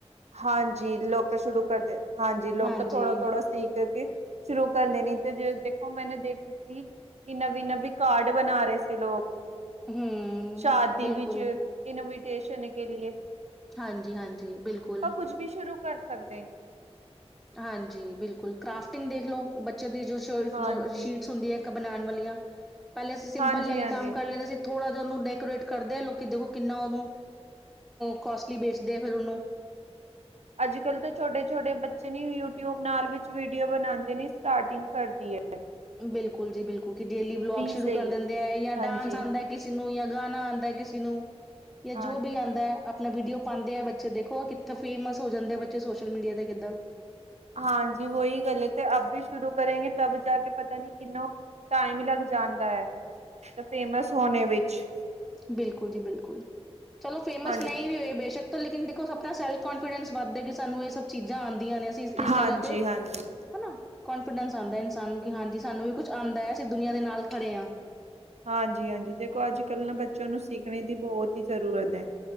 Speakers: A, on the right (about 80°); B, in the centre.
A: ਹਾਂਜੀ ਲੋਕ ਸ਼ੁਰੂ ਕਰਦੇ ਹਾਂਜੀ ਲੋਕ
B: ਹਾਂਜੀ,
A: ਥੋੜਾ-ਥੋੜਾ ਸੀਖ ਕੇ ਸ਼ੁਰੂ ਕਰ ਦੇਣੀ ਤੇ ਜੇ ਦੇਖੋ ਮੈਨੇ ਦੇਖੀ ਸੀ ਕੀ ਨਵੀਂ ਨਵੀਂ ਕਾਡ ਬਣਾਰੇ ਸੀ ਲੋਕ
B: ਹੂੰ,
A: ਸ਼ਾਦੀ
B: ਬਿਲਕੁਲ।
A: ਵਿੱਚ ਇਨਵੀਟੇਸ਼ਨ ਕੇ ਲੀਏ
B: ਹਾਂਜੀ-ਹਾਂਜੀ ਬਿਲਕੁੱਲ।
A: ਕੁੱਛ ਵੀ ਸ਼ੁਰੂ ਕਰ ਸਕਦੇ।
B: ਹਾਂਜੀ ਬਿਲਕੁੱਲ ਕਰਾਫਟਿੰਗ ਦੇਖ ਲੋ ਬੱਚੇ ਦੀ ਜੋ ਸ
A: ਹਾਂਜੀ।
B: ਸ਼ੀਟਸ ਹੁੰਦੀ ਐ। ਕ ਬਣਾਣ ਵਾਲੀਆਂ ਪੇਲੇ ਅਸੀਂ ਸਿੰਪਲ
A: ਹਾਂਜੀ-ਹਾਂਜੀ।
B: ਲੈ ਕੇ ਕੰਮ ਕਰ ਲੈਦਾ ਸੀ ਥੋੜਾ ਜਾ ਓਨੂੰ ਡੈਕੋਰੇਟ ਕਰਦੇ ਆ ਲੋਕੀ ਦੇਖੋ ਕਿੰਨਾ ਓਨੂੰ ਕੋਸਟਲੀ ਵੇਚਦੇ ਆ ਫੇਰ ਓ।
A: ਅੱਜ ਕਲ੍ਹ ਤਾਂ ਛੋਟੇ-ਛੋਟੇ ਬੱਚੇ ਨੀ ਯੂਟਿਊਬ ਨਾਲ ਵਿੱਚ ਵੀਡੀਓ ਬਣਾਂਦੇ ਨੇ ਸਟਾਰਟਿੰਗ ਕਰਦੀ ਐ।
B: ਬਿਲਕੁੱਲ ਜੀ ਬਿਲਕੁੱਲ ਕੀ ਡੇਲੀ ਵਲੋਗ ਸ਼ੁਰੂ
A: ਸੇ
B: ਕਰ
A: ਈ,
B: ਦਿੰਦੇ ਐ ਯਾਂ
A: ਹਾਂਜੀ।
B: ਡਾਂਸ ਆਂਦੈ। ਕਿਸੀ ਨੂੰ ਯਾਂ ਗਾਣਾ ਆਂਦੈ ਕਿਸੇ ਨੂੰ ਯਾਂ
A: ਹਾਂਜੀ,
B: ਜੋ ਵੀ ਆਂਦੈ ਆਪਣਾ ਵੀਡੀਓ ਪਾਂਦੇ ਐ ਬੱਚੇ ਦੇਖੋ ਆ ਕਿੱਥੇ ਫੇਮਸ ਹੋ ਜਾਂਦੇ ਆ ਬੱਚੇ ਸੋਸ਼ਲ ਮੀਡੀਆ ਤੇ ਕਿੱਦਾਂ।
A: ਹਾਂਜੀ ਵੋਈ ਗੱਲ ਐ ਤੇ ਅੱਬੀ ਸ਼ੁਰੂ ਕਰੇਗੇ ਤਬ ਜਾ ਕੇ ਪਤਾ ਨੀ ਕਿਨੋ ਟਾਈਮ ਲੱਗ ਜਾਂਦਾ ਐ, ਤੇ ਫੇਮਸ ਹੋਣੇ ਵਿੱਚ।
B: ਬਿਲਕੁੱਲ ਜੀ ਬਿਲਕੁੱਲ, ਚਲੋ ਫੇਮਸ
A: ਹਾਂਜੀ,
B: ਨਈ ਵੀ ਹੋਏ ਬੇਸ਼ੱਕ ਤੋ ਲੇਕਿਨ ਦੇਖੋ ਆਪਣਾ ਸੇਲਫ ਕਾਨਫੀਡੈਂਸ ਵੱਧਦਾ ਕਿ ਸਾਨੂੰ ਏ ਸਭ ਚੀਜ਼ਾਂ ਆਂਦੀਆਂ ਨੇ ਅ ਤੀਸ ਇਸ
A: ਹਾਂਜੀ-ਹਾਂਜੀ,
B: ਜਗ੍ਹਾ ਤੇ,
A: ਹਾਂਜੀ।
B: ਹਨਾ, ਕੋਂਨਫੀਡੈਂਸ ਆਂਦੈ ਇਨਸਾਨ ਨੂੰ ਕੀ ਹਾਂਜੀ ਸਾਨੂੰ ਵੀ ਕੁੱਝ ਆਂਦੈ। ਦੁਨੀਆਂ ਦੇ ਨਾਲ ਖੜੇ ਆ।
A: ਹਾਂਜੀ-ਹਾਂਜੀ ਦੇਖੋ ਅੱਜ ਕੱਲ੍ਹ ਨਾ ਬੱਚਿਆਂ ਨੂੰ ਸਿੱਖਣੇ ਦੀ ਬੋਹਤੀ ਜ਼ਰੂਰਤ ਐ।